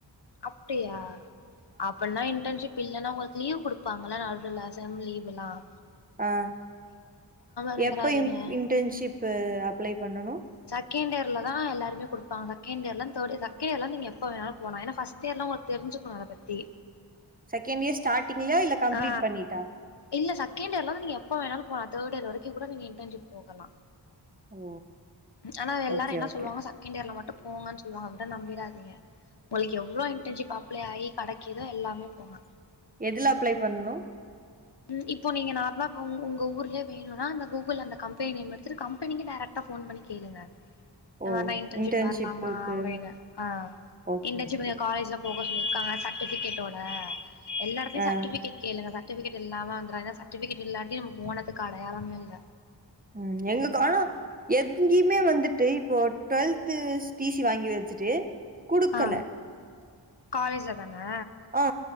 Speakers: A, on the left; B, on the right.
A: அப்டியா அப்பின்னா இன்டர்ன்ஷிப் இப்ப இல்லன்னா உங்களுக்கு லீவ் குடுப்பாங்களா நடுவுல செம் லீவுல்லாம்
B: ஆஹ்
A: இருந்துராதீங்க
B: எப்ப இன்டர்ன்ஷிப் அப்ளை பண்ணனும்
A: செகண்ட் இர்ல தான் எல்லாருமே கொடுப்பங்க செகண்ட் இயர்லாம் தெரிட் செகண்ட் இர்லாம் நீ எப்ப வேணாலும் போலாம் பர்ஸ்ட் இயர்லாம் உங்க தெரிஞ்சுக்கண அத பத்தி
B: செகண்ட் இயர் ஸ்டார்டிங்கலே இல்ல கம்ப்ளீட்
A: ஆ
B: பண்ணிட்டா
A: இல்ல செகண்ட் இயர்ல இருந்து நீங்க எப்ப வேணாலும் போலாம் தேர்ட் இயர் வரைக்கும் கூட நீங்க இன்டர்ன்ஷிப் போகலாம்
B: ஓ
A: ஆனா எல்லாரும்
B: ஓகே
A: என்ன
B: ஓகே
A: சொல்வாங்க செகண்ட் இயர்ல மட்டும் போங்கன்னு சொல்வாங்க அத நம்பிறாதீங்க பொய் எவ்ளோ இன்ட்ன்ஷிப் அப்பளே ஆயி கடைக்குதோ எல்லாமே போங்க
B: எதுல அப்ளை பண்ணனு
A: உம் இப்போ நீங்க நார்மலா உங்க ஊர்லயே வேணுனா அந்த கூகுள் அந்த கம்பெனி நேம் எடுத்துட்டு கம்பெனிக்கு டைரக்டா போன் பண்ணி கேளுங்க இந்த
B: ஓ
A: மாரி நா இன்டர்ன்ஷிப்
B: இன்டர்ன்ஷிப்புக்கு
A: வரலாமா அப்டினு ஆஹ்
B: ஓகே
A: இடர்ன்ஷிப்
B: ஓகே
A: காலேஜ்லபோ <inaudible> இருக்காங்க சர்டிஃபிகேட்டோட எல்லா எடத்லையு
B: ஆ
A: சர்டிஃபிகேட் கேளுங்க பா ட்டிவிகேட் எல்லாம வந்துரு ஏன்னா சர்டிபிகேட் இல்லாட்டி நம்ம போனதுக்கு அடையாளமே இல்ல
B: உம் எங்க கால எங்கேயுமே வந்துட்டு இப்போ டுவெல்த் டிசி வாங்கி வச்சுட்டு குடுக்கல
A: ஆ காலேஜ்ல தானா
B: ஆ